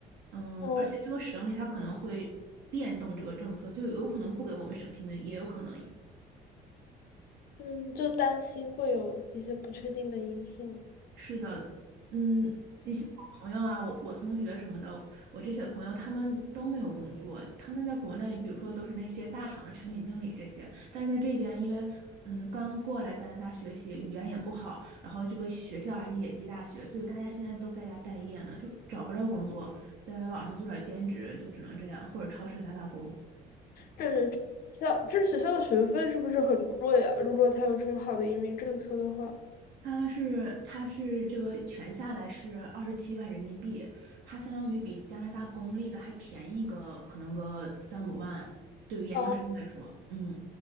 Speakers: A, on the right (about 80°); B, on the left (about 60°).
A: 嗯，
B: 哦，
A: 而且这个省里它可能会变动这个政策，就有可能不给我们省提名，也有可能
B: 嗯，就担心会有一些不确定的因素。
A: 是的，嗯，你像我朋友啊，我我同学什么的，我这些朋友他们都没有工作，他们在国内，比如说都是那些大厂的产品经理这些，但是在这边，因为嗯刚过来加拿大学习，语言也不好，然后这个学校还是野鸡大学，所以大家现在都在家待业呢，就找不着工作，在网上做点兼职，就只能这样，或者超市打打工。
B: 这是学校，这学校的学费是不是很贵啊？如果他有这么好的移民政策的话，
A: 它是它是这个全下来是二十七万人民币，它相当于比加拿大公立的还便宜个可能个三五万，对于研究生来说，
B: 啊，
A: 嗯，